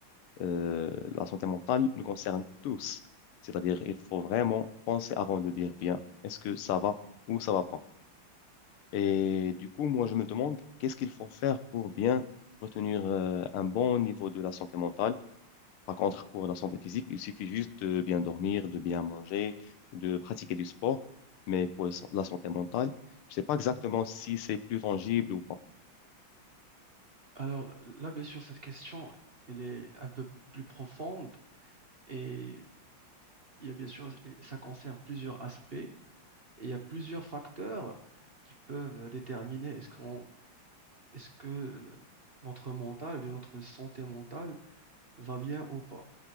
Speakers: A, on the left; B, on the right.
A: Euh, la santé mentale nous concerne tous, c'est-à-dire il faut vraiment penser avant de dire bien, est-ce que ça va ou ça va pas. Et du coup, moi, je me demande qu'est-ce qu'il faut faire pour bien retenir euh, un bon niveau de la santé mentale par contre, pour la santé physique, il suffit juste de bien dormir, de bien manger, de pratiquer du sport. Mais pour la santé mentale, je ne sais pas exactement si c'est plus tangible ou pas.
B: Alors là, bien sûr, cette question, elle est un peu plus profonde et il y a bien sûr, ça concerne plusieurs aspects et il y a plusieurs facteurs qui peuvent déterminer est-ce qu'on, est-ce que le- notre mental, ou bien notre santé mentale va bien ou pas.